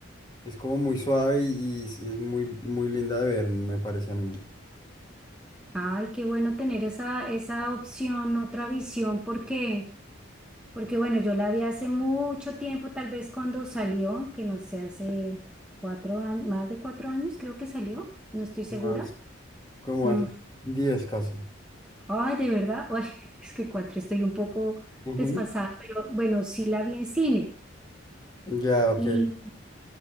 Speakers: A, on the left; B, in the centre.
A: Es como muy suave y, y es es muy, muy linda de ver, me parece a mí.
B: Ay, qué bueno tener esa, esa opción, otra visión, porque, porque bueno, yo la vi hace mucho tiempo, tal vez cuando salió, que no sé, hace cuatro años, más de cuatro años creo que salió, no estoy segura.
A: Más. Como
B: Mm.
A: hace 10 casi.
B: Ay, de verdad, Ay, <laughs> es que cuatro estoy un poco
A: Ujú.
B: desfasada, pero bueno, sí la vi en cine.
A: Ya, ok.
B: Y,